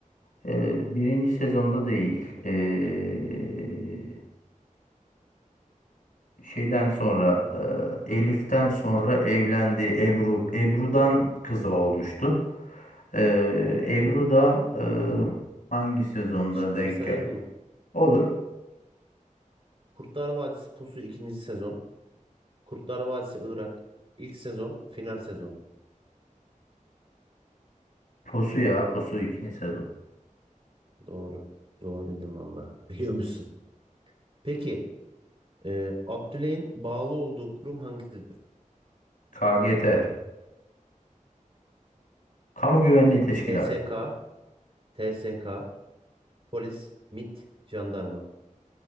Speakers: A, on the left; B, on the right.
A: eee, birinci sezonda değil. Eee, şeyden sonra eee, Elif'ten sonra evlendiği Ebru. Ebru'dan kızı olmuştu. Eee, Ebru da eee, hangi sezonda
B: Şıkları
A: denk
B: sayayım
A: geldi?
B: mı?
A: Olur.
B: Kurtlar Vadisi Pusu ikinci sezon. Kurtlar Vadisi Irak. ilk sezon, final sezonu.
A: Posu ya. Posu ikinci sezon.
B: Doğru. Doğru bildim valla. <laughs> Biliyormuşsun. Peki, e, Abdüley'in bağlı olduğu kurum hangisidir?
A: KGT. Kamu Güvenliği Teşkilatı.
B: SSK, TSK, polis, MIT, jandarma.